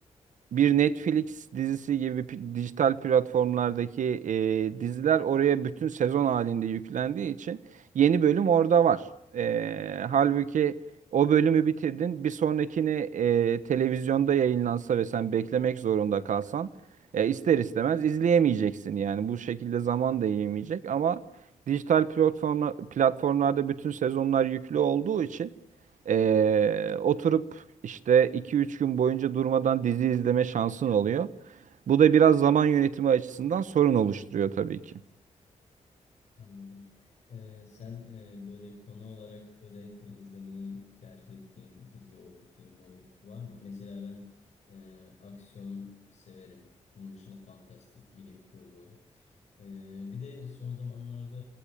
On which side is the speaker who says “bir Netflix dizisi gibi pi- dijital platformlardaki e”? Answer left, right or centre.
Right